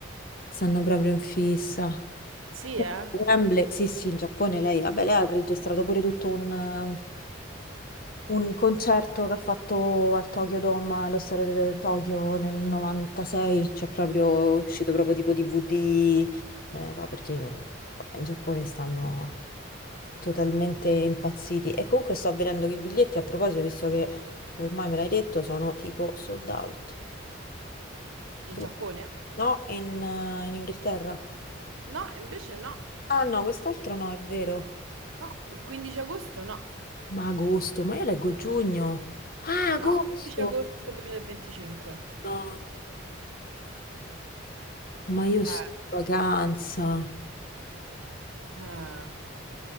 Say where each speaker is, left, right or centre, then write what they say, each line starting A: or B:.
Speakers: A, on the left; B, on the right.
A: stanno proprio in fissa.
B: Sì, eh?
A: Wembley, sì, sì, in Giappone lei, vabbè, lei ha registrato pure tutto un, eh, un concerto che ha fatto al Tokyo Dome, allo stadio del Tokyo nel 96, cioè proprio è uscito proprio tipo DVD, eh, no, perché in, vabbè, in Giappone stanno totalmente impazziti. E comunque sto vedendo che i biglietti, a proposito, visto che Ormai me l'hai detto, sono tipo sold out.
B: In
A: Tu-
B: Giappone?
A: No, in, eh, in Inghilterra.
B: No, invece no.
A: Ah no, quest'altro no, è vero.
B: No, il 15 agosto no,
A: Ma agosto, ma io leggo giugno. Ah, agosto!
B: no, 15 agosto 2025.
A: No, ma io sto
B: Eh,
A: in vacanza.
B: eh,